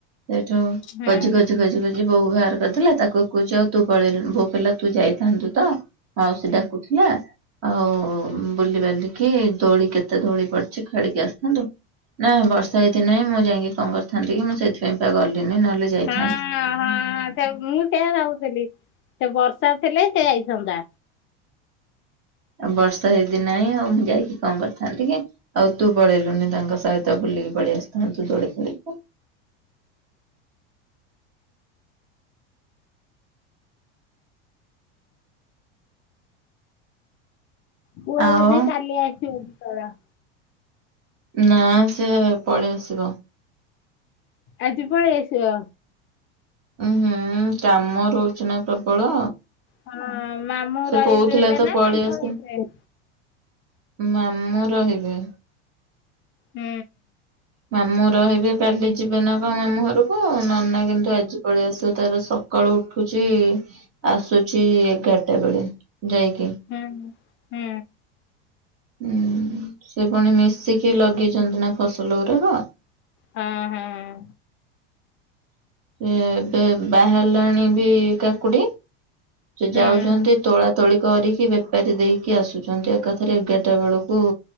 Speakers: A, on the right (about 45°); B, on the left (about 35°).
A: ସେଇଠୁ
B: ହଁ
A: ଖୋଜି ଖୋଜି ଖୋଜି ଖୋଜି ବୋଉ ବାହାର ଧରିଥିଲା ତାକୁ କହଚି ଆଉ ତୁ ପାଲେଇଲୁନି ବୋଉ କହିଲା ତୁ ଯାଇଥାନ୍ତୁ ତ ମାଉସି ଡାକୁଥିଲା। ଆଉ ବୁଲି ପାରିଲିକି ଦୋଳି କେତେ ଦୋଳି ପଡିଛି ଖେଳିକି ଆସିଥାନ୍ତୁ। ନା ବର୍ଷା ଏଇଠି ନାଇଁ ମୁଁ ଯାଇକି କଣ କରିଥାନ୍ତି କି ମୁଁ ସେଥିପାଇଁ ପା ଗଲିନି ନହେଲେ ଯାଇଥାନ୍ନ୍ତି।
B: ହଁ ସେ ମୁଁ ସେଇଆ ଭାବୁଥେଲୀ ସେ ବର୍ଷା ଥିଲେ ସେ ଯାଇଥାନ୍ତା।
A: ଆଉ ବର୍ଷା ହେଇଦିି ନାହିଁ ଆଉ ମୁଁ ଯାଇକି କଣ କରିଥାନ୍ତି କି। ଆଉ ତୁ ପଳେଇଲୁନି ତାଙ୍କ ସହିତ ବୁଲିକି ପଳେଇଆସିଥାନ୍ତୁ ଦୋଳି ଖେଳିକି।
B: ପୁଅ
A: ଆଉ
B: ବୋଧେ କାଲି କାଲି ଆସିବ କି କଣ।
A: ନା ସେ ପଳେଇ ଆସିବ।
B: ଆଜି ପଳେଇଆସିବ।
A: ଉଁ ହୁଁ କାମ ରହୁଛି ନା ପ୍ରବଳ।
B: ହଁ ମାମୁଁ
A: ସେ
B: ରହିବେବେ
A: କହୁଥିଲା ତ
B: ନା
A: ପଳେଇ
B: ତା ଙ୍କ
A: ଆସି
B: ହେଇଥେ?
A: ମାମୁଁ ରହିବେ।
B: ହୁଁ।
A: ମାମୁଁ ରହିବେ କାଲି ଯିବେ ନା କଣ ମାମୁଁ ଘରକୁ ଆଉ ନନା କିନ୍ତୁ ଆଜି ପଳେଇ ଆସିବ ତାର ସ ସକାଳୁ ଉଠୁଛି ଆସୁଛି ଏଗାରଟା ବେଳେ ଯାଇକି।
B: ହୁଁ। ହୁଁ
A: ହୁଁ ସେ ପୁଣି ମିଶିକି ଲଗେଇଛନ୍ତି ନା ଫସଲ ଗୁରାକ।
B: ହଁ ହଁ।
A: ସେ ଏବେ ବାହାରିଲାଣି ବି କାକୁଡି ସେ
B: ହୁଁ
A: ଯାଉଚନ୍ତି। ତୋଳା ତୋଳି କରିକି ବେପାରୀ ଦେଇକି ଆସୁଛନ୍ତି ଏକାଥରେ ଏଗାରଟା ବେଳକୁ।